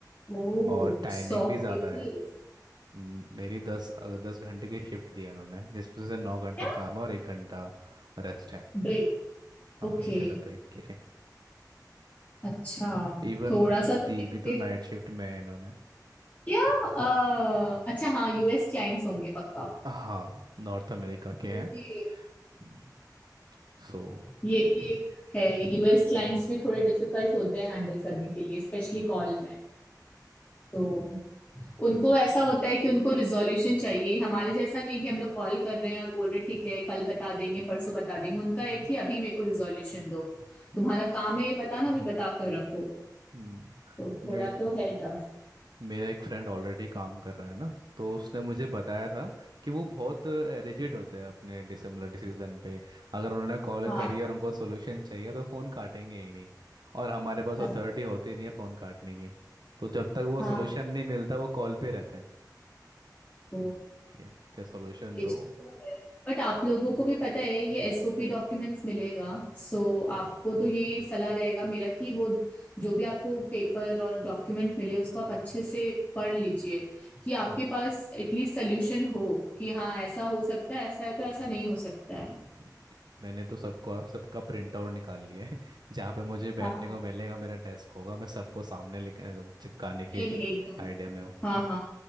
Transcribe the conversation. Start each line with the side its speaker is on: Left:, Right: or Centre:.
Left: ओह
Right: और टाइमिंग
Left: सौ
Right: भी ज़्यादा
Left: केसेस
Right: है हम्म, मेरी दस अ, दस घंटे की शिफ्ट दी है उन्होंने जिसमें से नौ घंटे
Left: क्या
Right: काम है और एक घंटा रेस्ट है
Left: ब्रेक
Right: हाँ
Left: ओके
Right: एक घंटा ब्रेक के लिए
Left: अच्छा
Right: इवन
Left: थोड़ा
Right: दी
Left: सा तो hectic-
Right: भी तो नाइट शिफ्ट में है इन्होंने
Left: क्या अ, अच्छा हाँ यूएस क्लाइंट्स होंगे पक्का
Right: हाँ नॉर्थ अमेरिका के हैं
Left: ओके
Right: हम्म, सो
Left: ये भी
Right: ऐसा
Left: एक है यूएस क्लाइंट्स भी थोड़े डिफिकल्ट होते हैं हैंडल करने के लिए स्पेशली कॉल में तो उनको ऐसा होता है कि उनको रिजोल्यूशन चाहिए हमारे जैसा नहीं कि हम लोग कॉल कर रहे हैं और बोल रहे ठीक है कल बता देंगे परसों बता देंगे उनका
Right: हम्म
Left: है कि अभी मेरे को रिजोल्यूशन दो तुम्हारा
Right: हम्म,
Left: काम है ये बताना अभी बता कर रखो
Right: हम्म।
Left: तो थोड़ा
Right: मे,
Left: तो है टफ
Right: मेरा एक फ्रेंड ऑलरेडी काम कर रहा है ना तो उसने मुझे बताया था कि वो बहुत रिजिड होते हैं अपने डिसिमिलर डिसीजन पे अगर उन्होंने कॉल
Left: हाँ
Right: करी और उनको सोल्यूशन चाहिए तो फ़ोन काटेंगे ही नहीं और हमारे पास अथॉरिटी
Left: अ-
Right: होती नहीं है फ़ोन काटने की तो जब तक वो
Left: हाँ
Right: सोल्यूशन नहीं मिलता वो कॉल पे रहता है
Left: ओ
Right: क्या क्या सोल्यूशन
Left: ये
Right: दो
Left: चीज तो है बट आप लोगों को भी पता है ये एसओपी डॉक्यूमेंट्स मिलेगा सो आपको तो यही सलाह रहेगा मेरा कि वो जो भी आपको पेपर और डॉक्यूमेंट मिले उसको आप अच्छे से पढ़ लीजिए कि आपके पास एटलीस्ट सोल्यूशन हो कि हाँ ऐसा हो सकता है ऐसा है तो ऐसा नहीं हो सकता है
Right: हम्म, मैंने तो सबको आप सबका प्रिंट आउट निकाल लिया है <laughs> जहाँ पे मुझे बैठने
Left: हाँ हाँ
Right: को मिलेगा मेरा डेस्क होगा मैं सबको सामने लिख मतलब चिपकाने
Left: नहीं
Right: के
Left: नहीं एकदम
Right: आइडिया में हूँ
Left: हाँ हाँ